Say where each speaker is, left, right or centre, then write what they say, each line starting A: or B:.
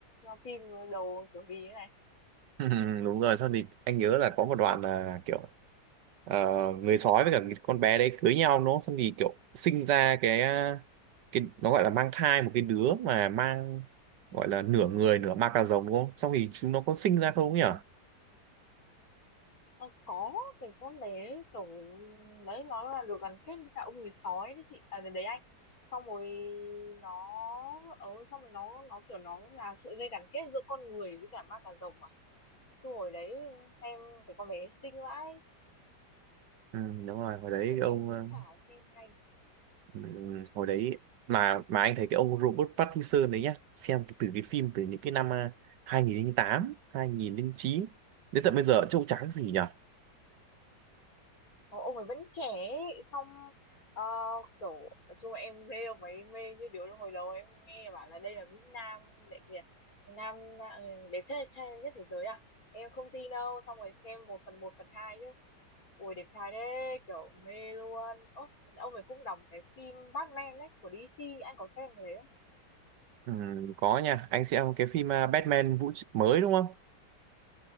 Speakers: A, on the left (about 55°); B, on the right (about 80°).
A: phim đầu kiểu gì ấy này
B: <laughs> đúng rồi xong thì anh nhớ là có một đoạn là kiểu ờ, người sói với cả cái con bé đấy cưới nhau nó xong thì kiểu sinh ra cái ờ, cái nó gọi là mang thai một cái đứa mà mang gọi là nửa người nửa ma cà rồng đúng không xong thì chúng nó có sinh ra không nhỉ
A: Ờ, có cái con bé kiểu đấy nó là được gắn kết với cả ông người sói đấy chị à đấy anh xong rồi nó ờ xong rồi nó nó kiểu nó là sợi dây gắn kết giữa con người với cả ma cà rồng à chứ hồi đấy xem cái con bé xinh vãi
B: Ừ, đúng rồi hồi đấy
A: và
B: cái
A: cái
B: ông
A: kỹ
B: ờ,
A: xảo phim hay
B: ừ, hồi đấy mà mà anh thấy cái ông Robert Pattinson đấy nhá xem từ cái phim từ những cái năm ờ, 2008 2009 đến tận bây giờ trông trắng gì nhỉ
A: Ờ, ông ấy vẫn trẻ ấy. xong ờ, kiểu nói chung là em mê ông ấy mê như điếu đồng hồi đầu em nghe bảo là đây là Mỹ Nam đại Việt Nam ừ, đẹp trai trai nhất thế giới à em không tin đâu xong rồi xem một phần một phần hai chứ ui đẹp trai đấy kiểu mê luôn Ố, ông ấy cũng đóng cái phim Batman đấy của DC anh có xem cái đấy không
B: Ừ, có nha anh xem cái phim à, Batman vũ tr- mới đúng không